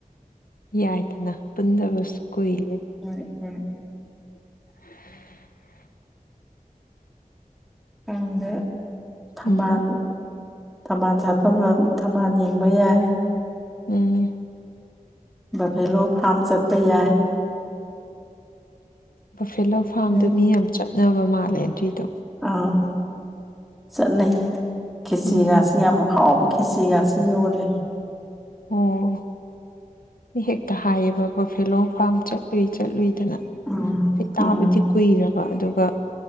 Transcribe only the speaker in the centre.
ꯍꯣꯏ ꯍꯣꯏ
ꯑꯥꯡꯗ ꯊꯝꯕꯥꯜ
ꯊꯝꯃꯥꯟ ꯁꯥꯠꯐꯝ ꯊꯝꯃꯥꯟ ꯌꯦꯡꯕ ꯌꯥꯏ
ꯕꯚꯦꯂꯣ ꯐꯥꯔꯝ ꯆꯠꯄ ꯌꯥꯏ
ꯎꯝ
ꯑꯥ ꯆꯠꯅꯩ ꯈꯦꯆꯒꯁꯤ
ꯌꯥꯝ ꯍꯥꯎꯕꯈꯤ ꯀꯁꯤꯒꯥꯁ ꯌꯣꯔ ꯂꯩ
ꯎꯝ
ꯎꯝ